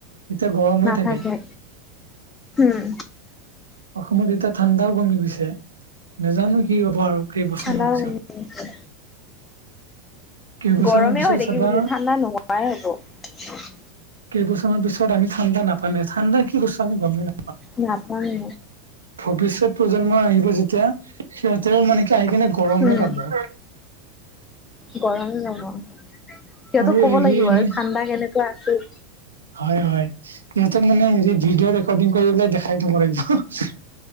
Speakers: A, on the right (about 80°); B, on the left (about 20°).
A: এতিয়া গৰম
B: নাথাকে
A: হৈ থাকে
B: উম
A: অসমত এতিয়া ঠাণ্ডাও কমি গৈছে নাজানো কি হ'ব আৰু কেইবছৰমান
B: ঠাণ্ডাও
A: পিছত
B: কমি গৈছে
A: কেইবছৰমান
B: গৰমে
A: পিছত
B: হৈ থাকি
A: চাবা
B: <unintelligible> ঠাণ্ডা নোহোৱাই হ'ব
A: কেইবছৰ মানৰ পিছত আমি ঠাণ্ডা নাপামে ঠাণ্ডা কি বস্তু আমি গমেই না
B: নাপামে
A: ভৱিষ্যত প্ৰজন্ম আহিব যেতিয়া সিহঁতেৰ মানে কি আহি কিনে গৰমে
B: উম।
A: পাব
B: গৰম পাব সিহঁতক
A: আৰু
B: কব
A: এই
B: লাগিব
A: এনে
B: আৰু ঠাণ্ডা কেনেকুৱা আছিল
A: হয় হয় সিহঁতক মানে হেৰি ভিডিঅ' ৰেকৰ্ডিং কৰি পেলাই দেখাই থব লাগিব